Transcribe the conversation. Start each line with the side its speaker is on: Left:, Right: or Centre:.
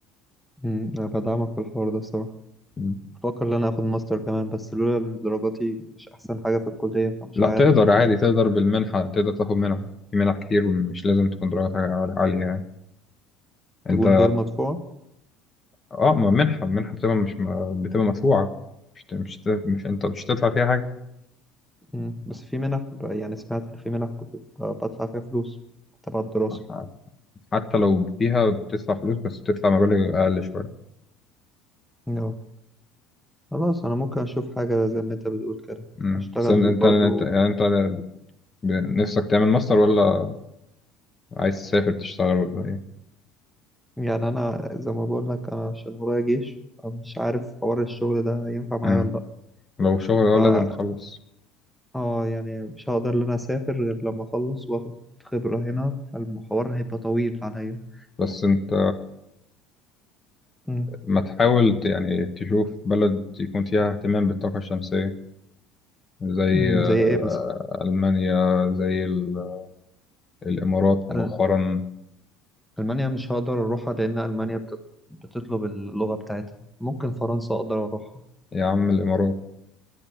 Centre: امم انا بدعمك في الحوار ده الصراحه
Left: مم.
Centre: بفكر ان انا اخد ماستر كمان بس لولا ان درجاتي مش احسن حاجه في الكليه فمش
Left: لا
Centre: عارف
Left: تقدر عادي
Centre: طيب،
Left: تقدر بالمنحة تقدر تاخد منحة في منح كتير ومش لازم تكون درجاتها عال- عالية يعني انت
Centre: تكون غير مدفوعه
Left: اه ما منحة منحة بتبقى مش م- بتبقى مدفوعة مش ت- مش ت- مش انت مش هتدفع فيها حاجة
Centre: امم بس في منح ب- يعني سمعت ان في منح بتبقى بدفع فيها فلوس تبع الدراسه
Left: ح- حتى لو فيها بتدفع فلوس بس بتدفع مبالغ أقل شوية
Centre: اه خلاص انا ممكن اشوف حاجه زي ما انت بتقول كده
Left: مم.
Centre: اشتغل
Left: بس انت
Centre: برضو
Left: انت انت يعني انت ب- نفسك تعمل ماستر ولا عايز تسافر تشتغل ولا ايه
Centre: يعني انا زي ما بقول لك انا عشان ورايا جيش مش عارف حوار الشغل ده ينفع معايا
Left: مم.
Centre: ولا
Left: لو شغل اه
Centre: لا
Left: لازم تخلص
Centre: اه يعني مش هقدر ان انا اسافر غير لما اخلص واخد خبرة هنا فالمحور هيبقى طويل عليا
Left: بس انت
Centre: مم.
Left: ما تحاول ت- يعني تشوف بلد يكون فيها اهتمام بالطاقة الشمسية زي
Centre: مم،
Left: آه،
Centre: زي ايه مثلا
Left: ألمانيا زي ال- الإمارات مؤخرا
Centre: أل- المانيا مش هقدر اروحها لان المانيا بت- بتطلب اللغة بتاعتها ممكن فرنسا اقدر اروحها
Left: يا عم الإمارات